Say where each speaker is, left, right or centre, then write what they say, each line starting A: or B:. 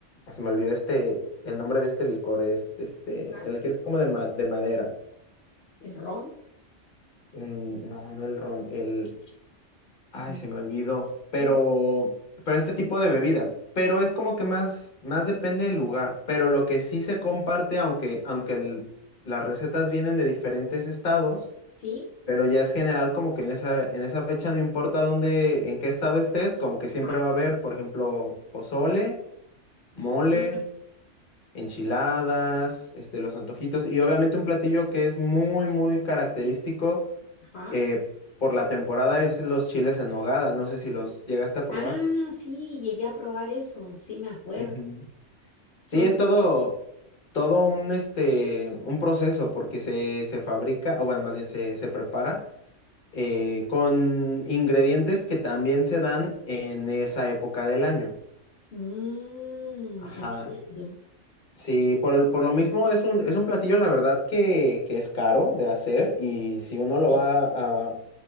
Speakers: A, on the left; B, on the left.
A: ah, se me olvidó este, el nombre de este licor, es este,
B: ¿Cuál?
A: el que es como de, ma- de madera.
B: El ron.
A: Mm, no, no el ron, el, Ay,
B: Mm,
A: se me olvidó. Pero,
B: Pues,
A: pero este tipo de bebidas. Pero es como que más, más depende del lugar. Pero lo que sí se comparte, aunque, aunque el- las recetas vienen de diferentes estados,
B: sí.
A: pero ya es general como que en esa, en esa fecha no importa dónde, en qué estado estés, como que siempre
B: Ajá,
A: va a haber, por ejemplo, pozole, mole,
B: ajá.
A: enchiladas, este, los antojitos y obviamente un platillo que es muy, muy característico
B: ajá.
A: eh, por la temporada es los chiles en nogada. No sé si los llegaste a probar.
B: Ah, sí, llegué a probar eso, sí me acuerdo.
A: Ujú.
B: Son
A: Sí, es todo, todo un, este, un proceso porque se, se fabrica, o bueno, más bien se, se prepara eh, con ingredientes que también se dan en esa época del año.
B: Mm,
A: Ajá.
B: entiendo.
A: Sí, por, el- por lo mismo es un, es un platillo, la verdad, que, que es caro de hacer y si uno lo
B: Sí,
A: va a,